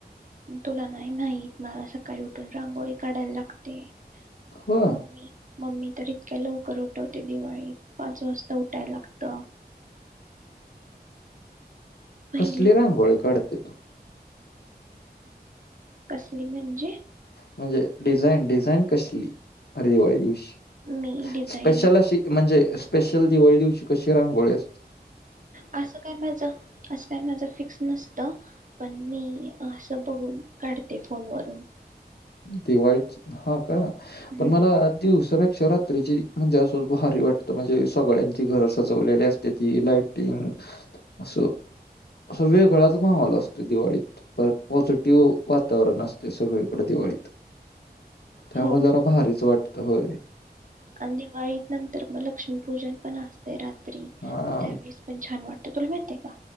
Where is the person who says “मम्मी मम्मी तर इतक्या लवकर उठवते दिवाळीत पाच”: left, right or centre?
Right